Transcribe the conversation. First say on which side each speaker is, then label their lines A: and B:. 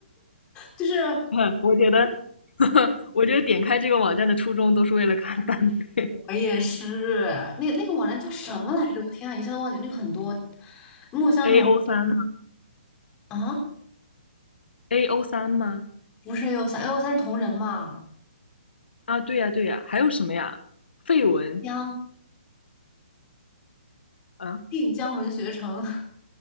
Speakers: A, on the left (about 15°); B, on the left (about 80°).
A: 就是
B: <laughs> 嗯，我觉得，<laughs> 我觉得点开这个网站的初衷都是为了看单飞。
A: 我也是，那个那个网站叫什么来着？我天啊，一下子忘记。那个很多墨香铜
B: <laughs> A O 三吗
A: 啊，
B: ？A O 三吗？
A: 不是 AO 三，AO 三是同人嘛？
B: 啊，对呀，对呀，还有什么呀？绯文，
A: 江
B: 啊
A: 晋江文学城，